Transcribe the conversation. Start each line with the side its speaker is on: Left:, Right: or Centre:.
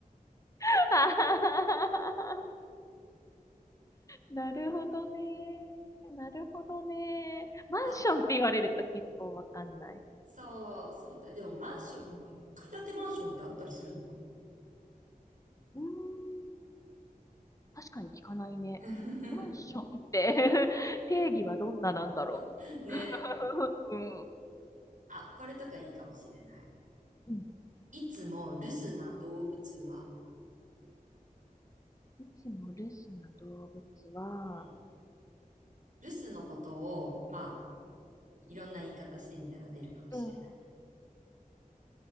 Left: <laughs> なるほどね。なるほどね。マンションって言われると結構わかんない。
Right: <laughs> あ、そう、そうだ。でもマンションの1階建てマンションってあったりするのか
Left: うーん確かに聞かないね。
Right: な
Left: マンションって <laughs> 定義はどんななんだろう。
Right: <laughs> ね。
Left: <laughs> うん。
Right: あ、これとかいいかもしれない。
Left: うん。
Right: いつも留守な動物は、
Left: いつも留守な動物は、
Right: うん留守のことを、まあ、いろんな言い方してみたら出るかもしれない。
Left: うーん、